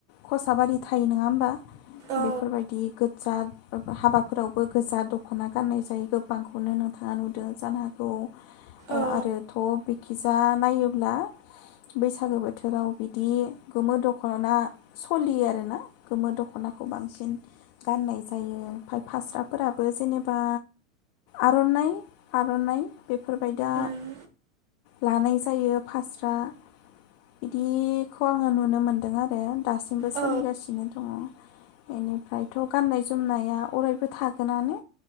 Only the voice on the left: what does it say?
खसाबारि थायो नङा होमबा
बेफोरबायदि गोज्जा हाबाफोरावबो गोजा दखना गाननाय जायो। गोबांखौनो नोंथाङा नुदों जानो हागौ ओ
आरोथ बिखिजा नायोब्ला बैसागो बोथोराव बिदि गोमो दखना सलियो आरोना गोमो दखनाखौ बांसिन गाननाय जायो ओमफ्राय फास्राफोराबो जेनेबा आरनाइ आरनाइ बेफोरबायदा
लानाय जायो फास्रा बिदिखौ आङो नुनो मोनदों आरो दासिमबो सोलिगासिनो
दङ। बेनिफ्रायथ गाननाय जोमनाया अरायबो थागोनानो